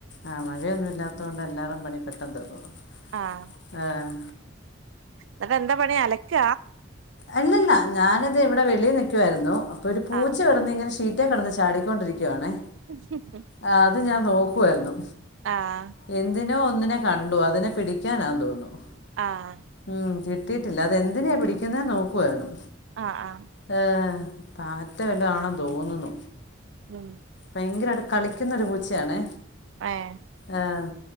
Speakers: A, on the left; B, on the right.
A: ആഹ് മഴയൊന്നുമ ഇല്ലാത്തത് കൊണ്ട് എല്ലാവരും പണി പെട്ടെന്ന് തക്കും
B: ആഹ്
A: ആഹ്
B: എന്നിട്ട് എന്താ പണി അലക്ക
A: അല്ലല്ല ഞാനത് ഇവിടെ വെളി നിൽക്കുവായിരുന്നു അപ്പൊ ഒരു പൂച്ച
B: ആഹ്
A: കളന്ന് ഇങ്ങനെ ഇഷ് ചീറ്റ കിടന്ന് ചാടിക്കൊണ്ടിരിക്കവാണേ
B: <unintelligible>
A: ആഹ് അത് ഞാൻ നോക്കുവായിരുന്നു
B: ആഹ്
A: എന്തിനോ ഒന്നിനെ കണ്ടു അതിനെ പിടിക്കാനാ തോന്നുന്നു
B: ആഹ്
A: ഉം കിട്ടിയിട്ടില്ല അതെന്തിനാ പിടിക്കുന്ന നോക്കുവായിരുന്നു
B: ആഹ് ആഹ്
A: ഏഹ് പാറ്റ വല്ലതണോ തോന്നുന്നു
B: ഉം
A: ഭയങ്കരായിട്ട് കളിക്കുന്നൊരു പൂച്ചയാണെ
B: ഏഹ്
A: ആഹ്